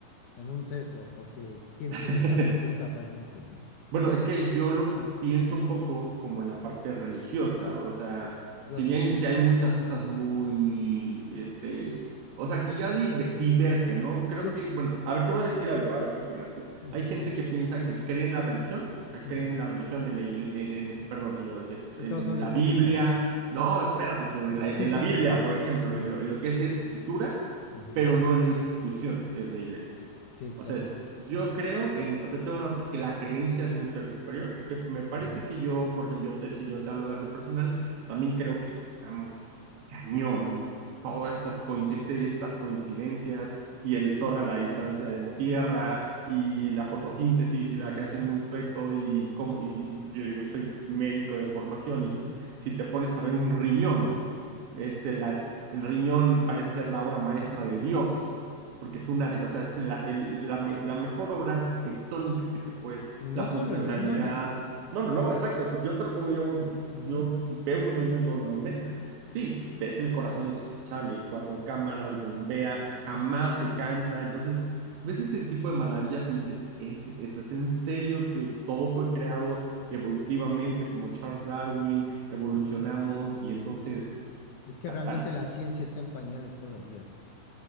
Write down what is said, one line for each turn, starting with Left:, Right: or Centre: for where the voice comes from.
Left: en un sesgo, porque ¿quién
Right: <laughs>
Left: tiene esa respuesta realmente, no?
Right: Bueno, es que yo lo pienso un poco como la parte religiosa, o sea,
Left: Yo
Right: si
Left: no.
Right: bien si hay muchas cosas muy, este, o sea, que ya div- divergen, ¿no? Creo
Left: Yo.
Right: que, bueno, a ver, te voy a decir algo, a ver qué opinas tú.
Left: ujú,
Right: Hay gente que piensa que cree en la religión, o sea,
Left: ujú.
Right: cree en la religión, en la, igle- en, en- perdón, iba a decir,
Left: Y
Right: en
Left: todos son
Right: la
Left: hipócritas.
Right: Biblia, no, espérate tú,
Left: <laughs>
Right: en la, en la Biblia, por ejemplo, en lo, en lo que es
Left: Sí.
Right: la escritura,
Left: ujú.
Right: pero no en la institución que es la iglesia.
Left: Sí,
Right: O
Left: claro.
Right: sea, es, yo creo en, o sea, tengo la, la creencia de un ser superior, que me parece
Left: ujú,
Right: que yo, por ejemplo, yo te, si yo te hablo de algo personal, también creo que está muy cañón todas estas, co, este, estas coincidencias y el sol a la distancia de la Tierra y la fotosíntesis y la creación de un feto y cómo, y si- yo digo, yo soy médico de formación
Left: ujú.
Right: y que- si te pones a ver un riñón, es el, el riñón parece ser la obra maestra de Dios porque es una, o sea, es la, el- la, me- la mejor obra arquitectónica que te puedes,
Left: No
Right: la funcionalidad.
Left: solo el riñón, ¿eh?
Right: No, no, no, exacto. pues Yo te lo pongo, digamos,
Left: Ujú.
Right: yo veo un riñón y digo, no inventes. Sí, ves el corazón y dices, chale, cuatro cámaras, bombea, jamás se cansa. Entonces, ves este tipo de maravillas y dices, ¿es, eso es en serio que todo fue creado evolutivamente como Charles Darwin, evolucionamos y entonces,
Left: Es que
Right: tan,
Left: realmente
Right: tan,
Left: la ciencia está en pañales todavía, hermano.